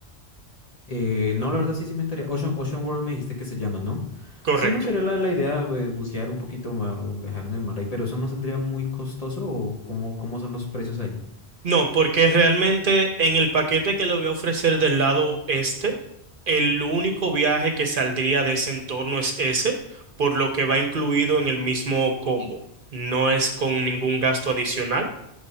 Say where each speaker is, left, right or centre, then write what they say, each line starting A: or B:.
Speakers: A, on the left; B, on the right.
A: Eh, no, la verdad sí, sí me enteré. Ocean, Ocean World me dijiste que se llama, ¿no?
B: Correcto.
A: Sí, no sería la, la idea eh, bucear un poquito, ma- viajar en el mar ahí, pero eso no saldría muy costoso o cómo, cómo son los precios ahí.
B: No, porque realmente en el paquete que le voy a ofrecer del lado este, el único viaje que saldría de ese entorno es ese, por lo que va incluido en el mismo combo. No es con ningún gasto adicional,